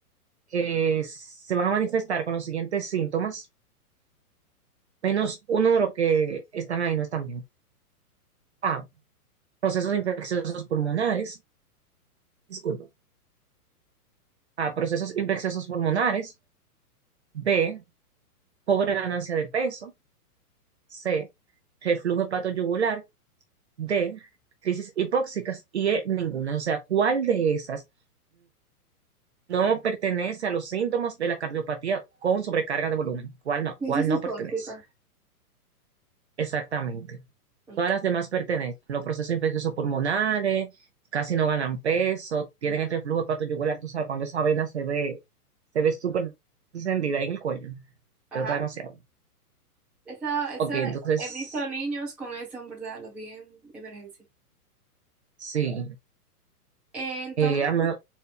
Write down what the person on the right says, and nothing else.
que se van a manifestar con los siguientes síntomas, menos uno de los que están ahí no están bien. A, procesos infecciosos pulmonares, disculpa. A, procesos infecciosos pulmonares. B, pobre ganancia de peso. C, reflujo hepatoyugular de crisis hipóxicas y E, ninguna. O sea, ¿cuál de esas no pertenece a los síntomas de la cardiopatía con sobrecarga de volumen? ¿Cuál no?
¿Cuál no
pertenece? Exactamente.
Todas las demás pertenecen. Los procesos infecciosos pulmonares, casi no ganan peso, tienen el reflujo hepatoyugular, tú sabes, cuando esa vena se ve, se ve súper encendida ahí en el cuello.
Te nota demasiado.
Ok, entonces,
sí.
Eh, a me-